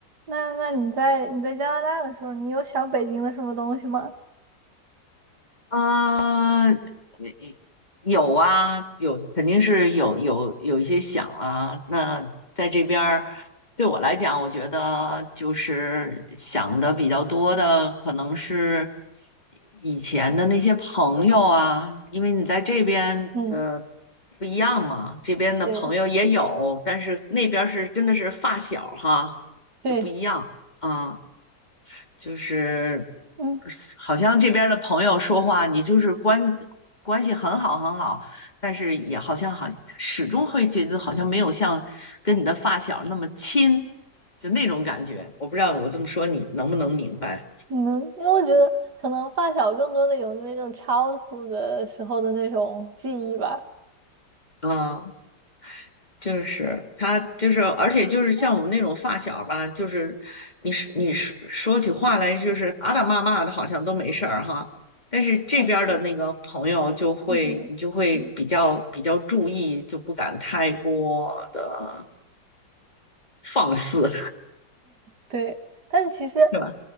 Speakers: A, on the right (about 60°); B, on the left (about 25°).
A: 那那你在你在加拿大的时候，你有想北京的什么东西吗？
B: 呃，也有啊，有肯定是有有有一些想啊。那在这边儿，对我来讲，我觉得就是想的比较多的，可能是以前的那些朋友啊，因为你在这边呃
A: 嗯，
B: 不一样嘛，这边的朋友也有，
A: 对
B: 但是那边儿是真的是发小哈，
A: 对，
B: 就不一样啊。就是
A: 嗯，
B: 好像这边儿的朋友说话，你就是关关系很好很好，但是也好像好始终会觉得好像没有像跟你的发小那么亲，就那种感觉。我不知道我这么说你能不能明白？
A: 你能，因为我觉得可能发小更多的有那种 childhood 的时候的那种记忆吧。
B: 嗯就是他，就是而且就是像我们那种发小吧，
A: 嗯
B: 就是你是你是说起话来就是打打骂骂的，好像都没事儿哈。但是这边儿的那个朋友就会，
A: 嗯，对，就是那种嗯
B: 你就会比较比较注意，就不敢太过的放肆，
A: 对，但其实，
B: 是吧？